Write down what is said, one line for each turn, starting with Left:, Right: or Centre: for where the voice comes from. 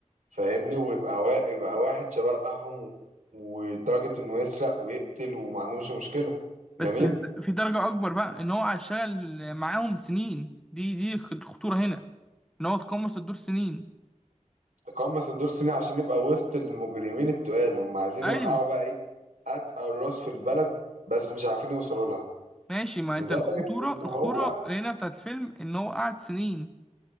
Right: فاهمني ويبقى وا... يبقى واحد شبههم ولدرجة إنه يسرق ويقتل وما عندهمش مشكلة جميل
Centre: بس ال- في درجة اكبر بقى ان هو هيشتغل معاهم سنين دي دي خ- الخطورة هنا ان هو تقمص الدور سنين
Right: تقمص الدور سنة عشان يبقى وسط المجرمين التقال هم عايزين
Centre: ايوه
Right: يوقعوا بقى إيه أتقل راس في البلد بس مش عارفين يوصلوا لها
Centre: ماشي ما
Right: لدرجة
Centre: انت الخطورة
Right: إن
Centre: الخطورة
Right: هو
Centre: هنا بتاعت الفيلم ان هو قعد سنين